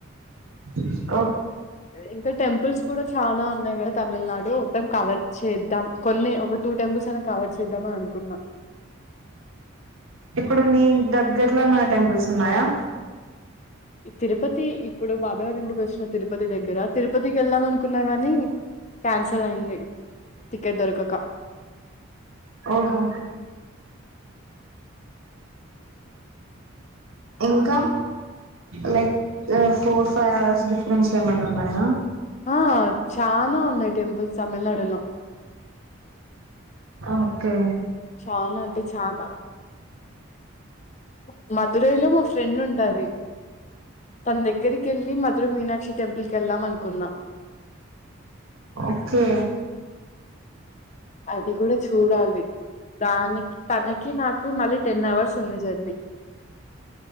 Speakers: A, on the right (about 85°); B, on the left (about 35°).
A: <inaudible>
B: ఇంకా టెంపుల్స్ కూడా చానా ఉన్నాయి కదా తమిల్నాడు మొత్తం కవర్ చేద్దాం కొన్ని ఒక టూ టెంపుల్స్ అయినా కవర్ చేద్దామననుకున్నా
A: ఇప్పుడు మీ దగ్గర్లో ఏమనా టెంపుల్స్ ఉన్నాయా
B: ఇ తిరుపతి ఇప్పుడు బాబాయ్ వాళ్ళ ఇంటికి వచ్చినం తిరుపతి దగ్గర తిరుపతికి ఎళ్దాం అనుకున్నా గాని క్యాన్సీల్ అయింది టికెట్ దొరుకక
A: ఓహొ ఇంక లెక్ ఆ ఫోర్ ఫైవ్ అవర్స్ డిఫరెన్స్ లో ఏమన్నా ఉన్నాయా
B: ఆ చాన ఉన్నాయి టెంపుల్స్ తమిల్నాడులో
A: ఓకె
B: చాన అంటే చానా <inaudible> మధురైలో మ ఫ్రెండ్ ఉంటది తందక్ గ్గరికెళ్లి మదుర మీనాక్షి టెంపల్ కెల్డం అన్ కున్నా
A: ఓకే
B: అది కూడ చూడాలి దానికి తనకి నాకు మళ్ళీ టెన్ అవర్స్ ఉంది జర్నీ